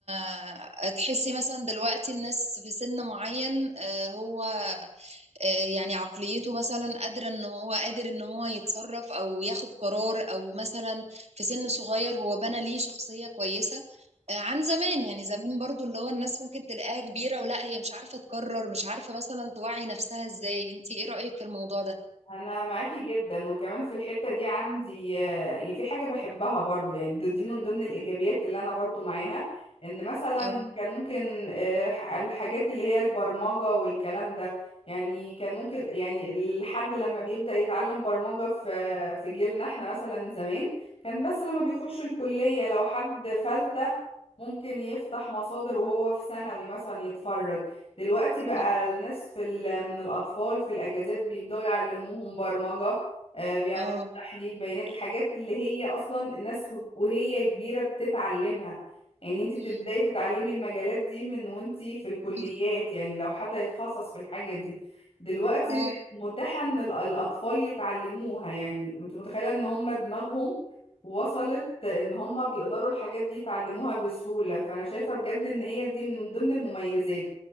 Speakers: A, on the right; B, on the left.
A: آه، تحسي مثلا دلوقتي الناس في سن معين آه، هو آه، يعني عقليته مثلا قادرة ان هو قادر ان هو يتصرف او ياخد قرار او مثلا في سن صغير هو بنى ليه شخصية كويسة آه، عن زمان يعني زمان برضو اللي هو الناس ممكن تلاقيها كبيرة ولا هي مش عارفة تقرر مش عارفة مثلا توعي نفسها ازاي انتي ايه رأيك في الموضوع ده؟
B: انا معاكي جدا وكمان في الحتة دي عندي آه، يعني في حاجة بحبها برضه يعني دي دي من ضمن الايجابيات اللي انا برضه معاها ان مثلا
A: أو.
B: كان ممكن آه، ح- الحاجات اللي هي البرمجة والكلام ده يعني كان ممكن يعني الحد لما بيبدأ يتعلم برمجة في في جيلنا احنا مثلا زمان كان بس لما بيخش الكلية لو حد فلتة ممكن يفتح مصادر وهو في ثانوي مثلا يتفرج دلوقتي
A: مم.
B: بقى الناس في ال- من الأطفال في الأجازات بيبدأوا يعلموهم برمجة آه، بيعلموهم
A: اه
B: تحليل بيانات الحاجات اللي هي أصلا الناس وهي كبيرة بتتعلمها يعني انت بتبدأي
A: مم.
B: تتعلمي المجالات دي من وانت في الكليات
A: مم.
B: يعني لو حد هيتخصص في الحاجة دي دلوقتي
A: اه
B: بقت متاحة ان ال- الأطفال يتعلموها يعني انت متخيلة ان هم دماغهم وصلت ان هم بيقدروا الحاجات دي يتعلموها بسهولة فانا شايفة بجد ان هي دي من ضمن المميزات